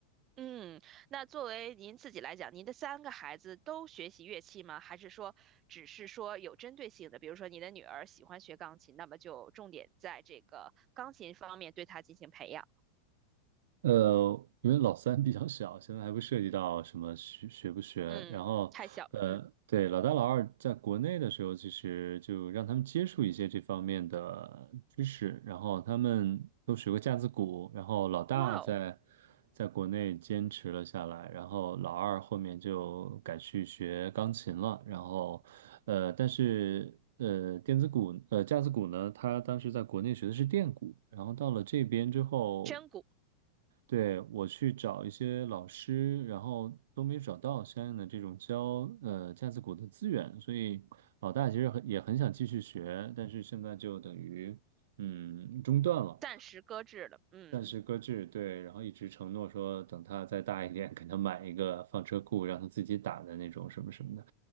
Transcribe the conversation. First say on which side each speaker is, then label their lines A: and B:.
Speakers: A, on the right; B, on the right.
A: 嗯，那作为您自己来讲，您的三个孩子都学习乐器吗？还是说只是说有针对性的，比如说你的女儿喜欢学钢琴，那么就重点在这个钢琴方面对她进行培养。
B: 呃，因为老三比较小，现在还不涉及到什么学学不学。
A: 嗯，
B: 然后，
A: 太小了，
B: 呃，
A: 嗯，
B: 对，老大老二在国内的时候，其实就让他们接触一些这方面的知识，然后他们都学过架子鼓，然后老大在
A: 哇哦，
B: 在国内坚持了下来，然后老二后面就改去学钢琴了，然后，呃，但是。呃，电子鼓，呃，架子鼓呢，他当时在国内学的是电鼓，然后到了这边之后，
A: 真鼓
B: 对，我去找一些老师，然后都没找到相应的这种教呃架子鼓的资源，所以老大其实很也很想继续学，但是现在就等于嗯中断了，
A: 暂时搁置了，嗯，
B: 暂时搁置。对，然后一直承诺说等他再大一点，给他买一个放车库，让他自己打的那种什么什么的。